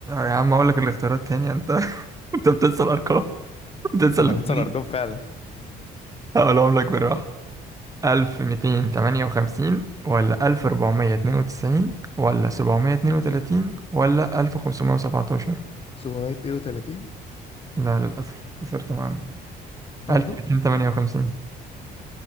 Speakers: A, on the right (about 20°); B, on the left (about 35°).
A: يا عم هقول لك الاختيارات تاني انت <laughs> انت بتنسى الارقام بتنسى
B: <laughs>
A: الاختيارات.
B: انا بنسى الارقام فعلا
A: هقولهم لك بالراحة 1258 ولا 1492 ولا 732 ولا 1517
B: 732
A: لا للأسف خسرت معانا
B: برضو
A: 1258